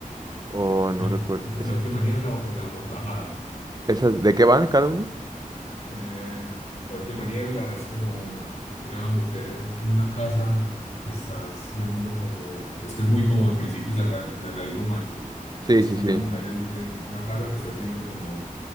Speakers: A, on the right; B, on the left.
A: Oh, no
B: El-
A: recuerdo.
B: este,
A: Es-
B: la última niebla o, la amortajada.
A: ¿Esas de qué van cada uno?
B: Eh, la última niebla es como una mujer en en una casa que está haciendo como. Es que es muy como de principios de re- del realismo mágico.
A: Sí,
B: Entonces,
A: sí,
B: como
A: sí.
B: una mujer en, en una casa que está siendo como